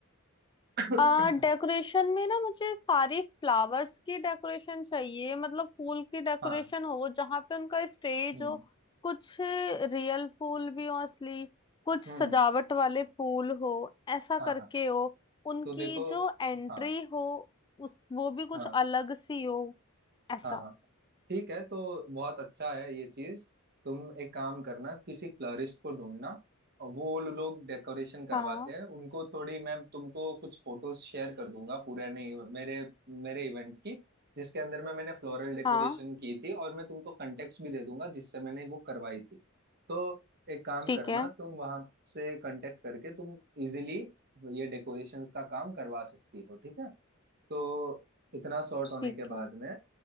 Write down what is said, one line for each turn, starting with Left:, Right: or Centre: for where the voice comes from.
Right: <coughs>
Left: आ डेकोरेशन में ना मुझे सारी फ्लावर्स की डेकोरेशन चाहिए मतलब फूल की डेकोरेशन
Right: <laughs> हाँ
Left: हो जहाँ पे उनका स्टेज
Right: हम्म
Left: हो कुछ रियल फूल भी हो असली कुछ सजावट
Right: हम्म
Left: वाले फूल हो ऐसा
Right: हाँ
Left: करके
Right: हाँ
Left: हो उनकी
Right: तो देखो
Left: जो एंट्री
Right: हाँ
Left: हो उस वो भी
Right: हाँ
Left: कुछ अलग सी हो ऐसा
Right: हाँ हाँ ठीक है तो बहुत अच्छा है ये चीज तुम एक काम करना किसी फ्लोरिस्ट को ढूंढना और वो लो- लोग डेकोरेशन करवाते
Left: हाँ
Right: हैं उनको थोड़ी मैं तुमको कुछ फोटोज शेयर कर दूंगा पूरे नहीं मेरे मेरे इवेंट की जिसके अंदर में मैंने फ्लोरल डेकोरेशन
Left: हाँ
Right: की थी और मैं तुमको कंटेक्ट भी दे दूंगा जिससे मैंने वो करवाई थी तो एक काम
Left: ठीक
Right: करना
Left: है
Right: तुम वहां से कांटेक्ट करके तुम इजिली ये डेकोरेशंस का काम करवा सकती हो ठीक है तो इतना सॉर्ट होने
Left: ठीक
Right: के
Left: है
Right: बाद में